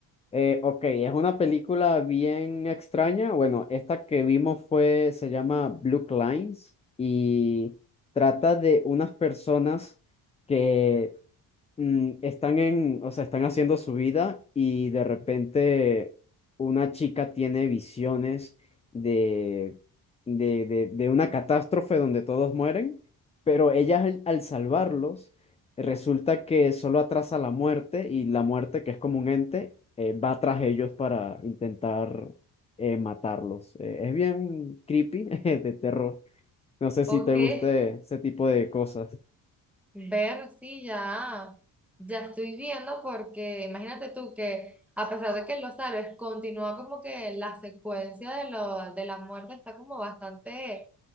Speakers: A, on the left (about 15°); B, in the centre.
A: Eh, ok, es una película bien extraña. Bueno, esta que vimos fue, se llama Blue Lines y trata de unas personas que mm, están en, o sea, están haciendo su vida y de repente una chica tiene visiones de, de, de, de una catástrofe donde todos mueren, pero ella al, al salvarlos resulta que solo atrasa la muerte y la muerte, que es como un ente, eh, va tras ellos para intentar eh, matarlos. Eh, es bien creepy, <laughs> de terror. No sé
B: ¿O
A: si te
B: qué?
A: guste ese tipo de cosas.
B: Ver, sí, ya, ya estoy viendo porque imagínate tú que a pesar de que lo sabes, continúa como que la secuencia de, lo, de la muerte está como bastante,